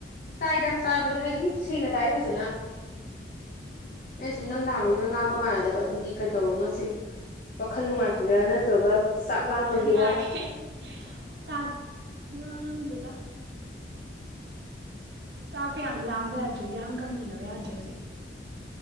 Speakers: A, on the left (about 50°); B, on the right (about 70°).
A: ꯇꯥꯏꯗ ꯇꯥꯕꯗꯤ ꯍꯥꯏꯗꯤ ꯑꯗꯨꯝ ꯁꯦꯡꯅ ꯇꯥꯏ ꯐꯖꯅ ꯑꯦ ꯁꯨꯝ ꯅꯪ ꯅꯍꯥꯡꯕꯩꯒ ꯉꯥꯡꯕ ꯃꯥꯟꯅꯗꯕ ꯑꯗꯨꯒꯤ ꯀꯩꯗꯧꯔꯕꯅꯣ ꯁꯤꯅꯤ꯫ ꯋꯥꯈꯜ ꯅꯨꯡꯉꯥꯏꯇꯔꯥ ꯅꯠꯇ꯭ꯔꯒ ꯆꯥꯛ ꯂꯥꯝꯕꯒꯤꯔ꯫
B: ꯅꯨꯡꯉꯥꯏ ꯆꯥꯛ ꯂꯥꯝꯗꯦꯗ꯫ ꯆꯥꯛ ꯀꯌꯥꯝ ꯌꯥꯝ ꯂꯥꯝꯕ ꯌꯥꯗ꯭ꯔꯦ ꯌꯥꯡ ꯀꯪꯍꯟꯗꯕ ꯌꯥꯗ꯭ꯔꯦ ꯍꯧꯖꯤꯛ